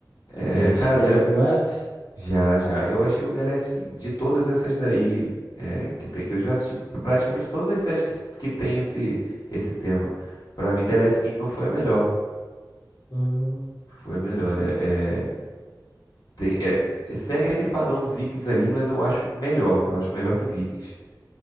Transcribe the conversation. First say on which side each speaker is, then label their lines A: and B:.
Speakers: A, on the left; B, on the left.
A: É,
B: Você
A: cara, da-
B: já viu essa?
A: já, já. Eu achei o The Last Ki- de todas essas daí é, que tem. Eu já assisti praticamente todas as séries que, s- que tem esse, esse tema. Pra mim, The Last Kingdom foi a melhor.
B: Hum,
A: Foi a melhor, né? É, tem, é, segue naquele padrão do Vikings ali, mas eu acho melhor. Eu acho melhor que Vikings.